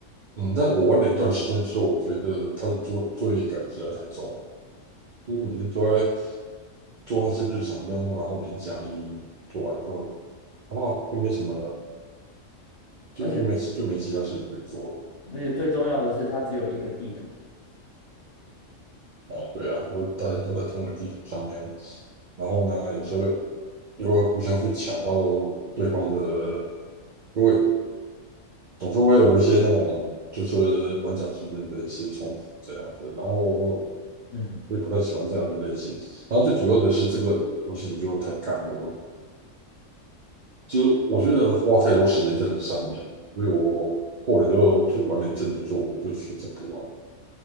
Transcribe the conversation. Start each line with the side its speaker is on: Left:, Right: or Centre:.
Right: 嗯，但我玩了一段时间之后，我觉得他的作作业感实在太重了，就是每天都在做那些日常任务，然后领奖励做完之后，哦，就没什么了，就就没就没其他事情可以做
Left: 而且而且最重要的是，它只有一个地图。
Right: 了。啊，对啊，都大家都在同一个地图上面，然后呢，有时候又会互相去抢到对方的，因为总是会有一些那种就是玩家之间的一些冲突这样子，然后。
Left: 嗯，
Right: 我也不太喜欢这样的类型。然后最主要的是这个游戏就太赶了，我其实我觉得花太多时间在这上面，所以我后来就就玩了一阵子，说我就选择不玩。